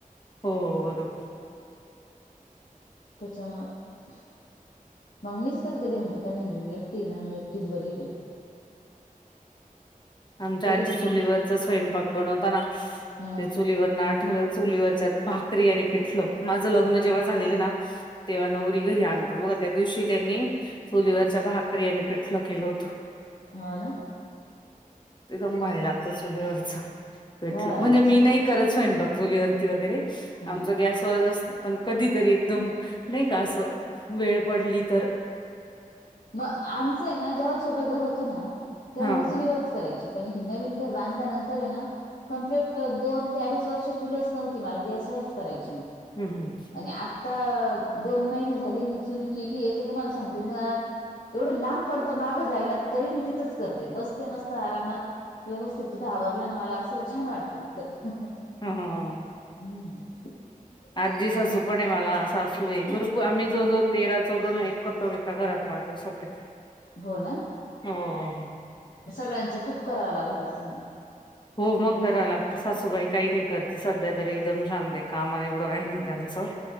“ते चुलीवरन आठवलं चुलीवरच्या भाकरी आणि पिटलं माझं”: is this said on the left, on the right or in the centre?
Left